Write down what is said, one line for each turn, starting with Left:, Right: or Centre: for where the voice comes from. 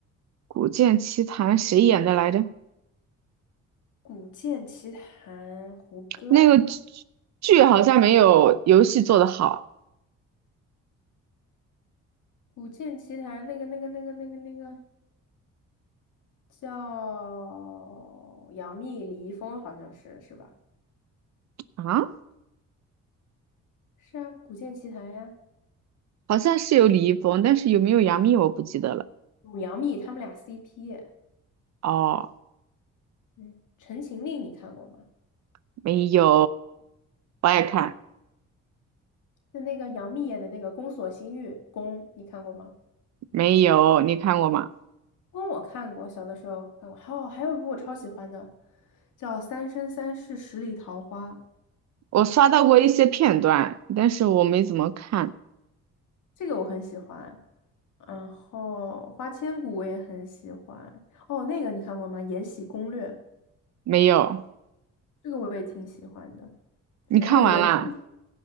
Right: 《古剑奇谭》谁演的来着？
Left: 《古剑奇谭》胡歌，
Right: 那个剧剧好像没有游戏做的好
Left: 《古剑奇谭》那个那个那个那个那个叫杨幂、李易峰，好像是是吧？
Right: 啊，
Left: 是啊，《古剑奇谭》呀，
Right: 好像是有李易峰，但是有没有杨幂我不记得了。
Left: 有杨幂他们俩 CP。
Right: 哦，
Left: 嗯，《陈情令》你看过吗？
Right: 没有，我爱看，
Left: 也没。就那个杨幂演的那个《宫锁心玉》，宫你看过吗？
Right: 没有，你看过吗？
Left: 宫我看过，小的时候看过。还有还有一部我超喜欢的，叫《三生三世十里桃花》，
Right: 我刷到过一些片段，但是我没怎么看，
Left: 这个我很喜欢。然后《花千骨》我也很喜欢。哦，那个你看过吗？《延禧攻略》
Right: 没有，
Left: 这个我也挺喜欢的。
Right: 你看完啦？
Left: 然后有人推，